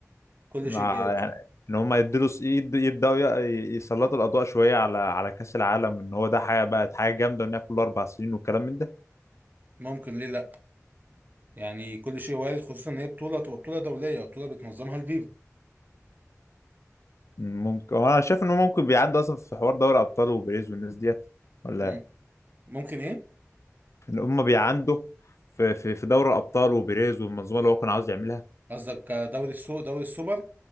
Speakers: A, on the right (about 35°); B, on the left (about 60°).
A: كل
B: مع
A: شيء جايز
B: يعني ان هم يدوا يبداوا ي- يسلطوا الاضواء شويه على على كاس العالم وان هو ده حاجه بقت حاجه جامده وان هي كل اربع سنين والكلام من ده
A: ممكن ليه لا يعني كل شيء وارد خصوصا ان هي بطوله تبقى بطوله دوليه وبطوله بتنظمها الفيفا
B: ممكن انا شايف ان هم ممكن بيعندوا اصلا في حوار دوري ابطال وبيريز والناس ديت ولا
A: امم ممكن ايه
B: ان هم بيعندوا في في في دوري الابطال وبيريز والمنظومه اللي هو كان عاوز يعملها
A: قصدك دوري السو دوري السوبر